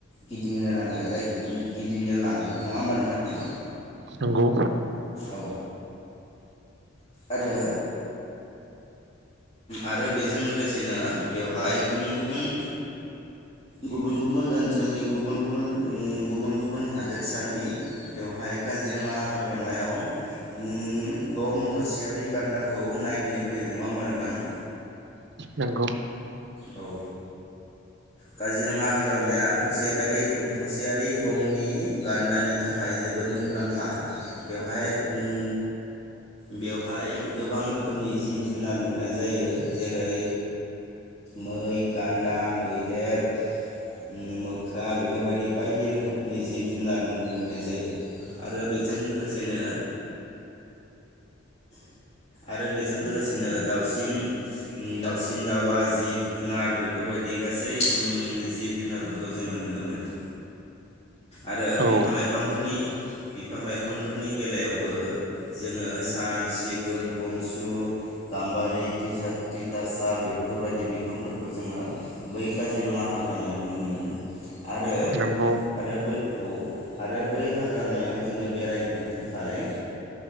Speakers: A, on the left; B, on the right.
A: गिदिंनो लांङो जाय गिदिंनो लाङो नङा होमबा नोंथां
B: नंगौ
A: औ आरो आरो बेजों लोगोसेनो बेवहाय गुबुन गुबुन गुबुन गुबुन ओनसोलनि गुबुन गुबुन उ गुबुन गुबुन हादोरसानि बेवहाय काजिरङा हाग्रामायाव उम गं थसेयारि गान्दाखौ नायनो फैयो नङा होमबा नोंथां?
B: नोंगौ
A: औ काजिरङा हाग्रामाया थसेयारि थसेयारि गंनि गान्दानि थाखाय जोबोर मुंदांखा बेवहाय उम बेवहाय गोबां रोखोमनि जिब जुनार नुनाय जायो जेरै मै, गान्दा, मैदेर उ मोख्रा बेफोरबायदि बायदि रोखोमनि जिब-जुनार नुनो मोननाय जायो। आरो बेजों लोगोसेनो आरो बेजों लोगोसेनो दाउसिन उ दाउसिन-दाउला जिब-जुनार बेफोरबायदि गासै उम जिब-जुनारफोरखौ जोङो नुनो मोनो। आरो बिफां-लाइफांफोरनि
B: औ
A: बिफां-लाइफांफोरनि बेलायावबो जोङो साल, सिगुन, बनसु गाम्बारि थिथा थिथासाफ बेफोरबायदि बिफांफोरखौ जोङो बै काजिरङा हाग्रामायाव नुनो मोनो आरो
B: नंगौ
A: आरो बै औ आरो बै हाग्रामायाव जोङो बेरायनो थाखाय